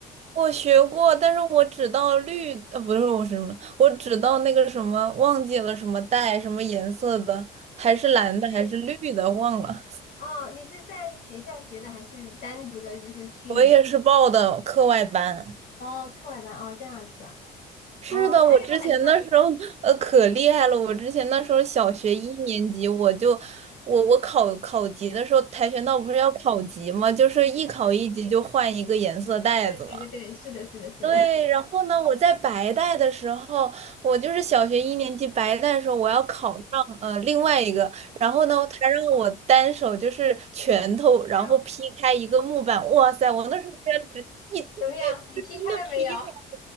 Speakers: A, on the right; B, on the left.
A: 我学过，但是我只到绿，呃，不是我是什么，我只到那个什么，忘记了什么带什么颜色的，还是蓝的还是绿的，
B: 对。
A: 忘了。
B: 哦，你是在学校学的，还是单独的，就是去
A: 我也是报的课外班。
B: 哦课外班哦这样子啊？
A: 是的，
B: 哦，他有很多，
A: 我之前那时候呃可厉害了，
B: 哎
A: 我之前那时候小学一年级我就。我我考考级的时候，跆拳道不是要考级吗？就是一考一级就换一个颜色带子嘛。
B: 对对对对，是的，是的，是的，
A: 对，
B: 嗯
A: 然后呢，我在白带的时候，我就是小学一年级白带的时候，我要考上呃另外一个，然后呢，他让我单手就是拳头，然后劈开一个木板，
B: 还有 <laughs> 哦，
A: 哇塞，我那时候居然只一 <laughs>
B: 怎么样？你劈开了没有？
A: 就真的劈开了，